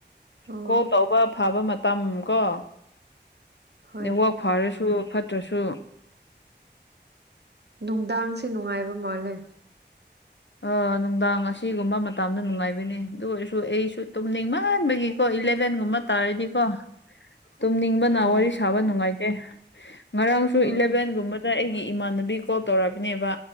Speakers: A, on the right; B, on the left.
A: ꯑꯣ
B: ꯀꯣꯜ ꯇꯧꯕ ꯐꯕ ꯃꯇꯝ ꯀꯣ
A: ꯍꯣꯏ
B: ꯅꯦꯠꯋꯥꯛ ꯐꯔꯁꯨ ꯐꯠꯇ꯭ꯔꯁꯨ
A: ꯅꯨꯡꯗꯥꯡꯁꯦ ꯅꯨꯡꯉꯥꯏꯕ ꯃꯥꯜꯂꯦ
B: ꯑꯥ ꯅꯨꯡꯗꯥꯡ ꯑꯁꯤꯒꯨꯝꯕ ꯃꯇꯝꯗ ꯅꯨꯡꯉꯥꯏꯕꯅꯦ ꯑꯗꯨ ꯑꯣꯏꯔꯁꯨ ꯑꯩꯁꯨ ꯇꯨꯝꯅꯤꯡꯃꯟꯕꯒꯤ ꯍꯣꯢ ꯏꯂꯦꯚꯦꯟꯒꯨꯝꯕ ꯇꯥꯔꯗꯤꯀꯣ ꯇꯨꯝꯅꯤꯡꯕꯅ
A: ꯎꯝ
B: ꯋꯥꯔꯤ ꯁꯥꯕ ꯅꯨꯡꯉꯥꯏꯇꯦ ꯉꯔꯥꯡꯁꯨ
A: ꯎꯝ
B: ꯏꯂꯚꯦꯟꯒꯨꯝꯕ ꯑꯗ ꯑꯩꯒꯤ ꯏꯃꯥꯟꯅꯕꯤ ꯀꯣꯜ ꯇꯧꯔꯛꯄꯅꯦꯕ